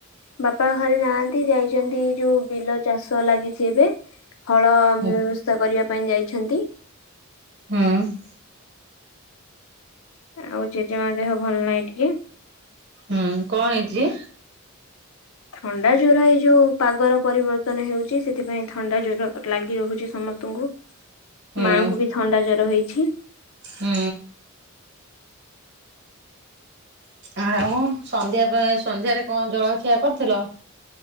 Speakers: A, on the left; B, on the right.
A: ବାପା ଘରେ ନାହାନ୍ତି ଯାଇଚନ୍ତି ଯୋଉ ବିଲ ଚାଷ ଲାଗି ଯିବେ। ହଳ
B: ହୁଁ
A: ବ୍ୟବସ୍ଥା କରିବା ପାଇଁ ଯାଇଛନ୍ତି।
B: ହୁଁ।
A: ଆଉ ଜେଜେମା ଦେହ ଭଲ ନାହିଁ ଟିକେ।
B: ହୁଁ କଣ ହେଇଚି?
A: ଥଣ୍ଡା ଜ୍ୱର ଏଇ ଯୋଉ ପାଗର ପରିବର୍ତ୍ତନ ହେଉଚି ସେଥିପାଇଁ ଥଣ୍ଡା ଜ୍ୱର ଲାଗି ରହୁଛି ସମସ୍ତଙ୍କୁ।
B: ହୁଁ
A: ମାଙ୍କୁ ବି ଥଣ୍ଡା ଜର ହେଇଛି।
B: ହୁଁ। ଆଉ ସନ୍ଧ୍ୟା ପାଇଁ ସନ୍ଧ୍ୟାରେ କଣ ଜଳଖିଆ କରିୁଥିଲ?